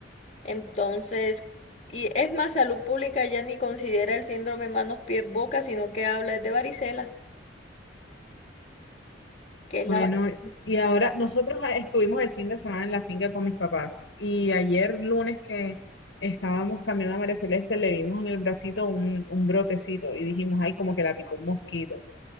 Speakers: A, on the left; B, on the left.
A: Entonces, y es más, salud pública ya ni considera el síndrome manos, pies, boca, sino que habla es de varicela, que es
B: Bueno,
A: la varicela.
B: y ahora nosotros a- estuvimos el fin de semana en la finca con mis papás y ayer lunes que estábamos cambiando a María Celeste le vimos en el bracito un, un brotecito y dijimos, ay, como que la picó un mosquito.